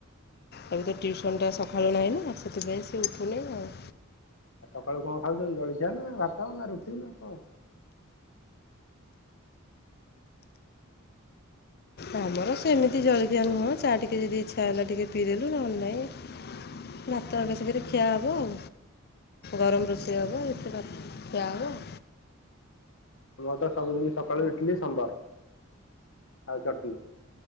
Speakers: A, on the left; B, on the left.
A: ତା ନଟା ସକାଳୁ ନାହିଁ ନା ସେଥିପାଇଁ ସେ ଉଠୁନି ଆଉ
B: ଆଉ ସକାଳୁ କଣ ଖାଉଛନ୍ତି ଜଳଖିଆ ନା ଭାତଉ ନା ରୁଟି ନା କ
A: ଆମର ସେମିତି ଜଳଖିଆ ନୁହଁ ଚା ଟିକେ ଯଦି ଇଚଛା ହେଲା ଟିକେ ପିଇଦ ଦେଲୁ ନହେଲେ ନାଇଁ ଭାତ ଆଗସଙ୍ଗରେ ଖିଆ ହବ ଆଉ। ଗରମ
B: ହଁ
A: ରୋଷେଇ
B: ଆମ
A: ହବ ଏତ କ <inaudible>
B: ଆମର ତ ସବୁଦିନ ସକାଳୁ ଟିଲି ସୋମବାର ଆଉ ଚଟଣୀ